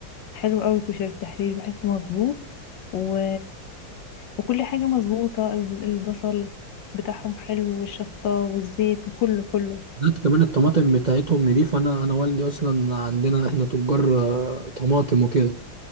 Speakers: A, on the left; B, on the right.
A: حلو قوي كشري التحرير بحسه مظبوط و... وكل حاجه مظبوطه ال- البصل بتاعهم حلو والشطه والزيت وكله كله
B: ده كمان الطماطم بتاعتهم نضيفة أنا أنا والدي أصلا عندنا إحنا تجار آه، طماطم وكده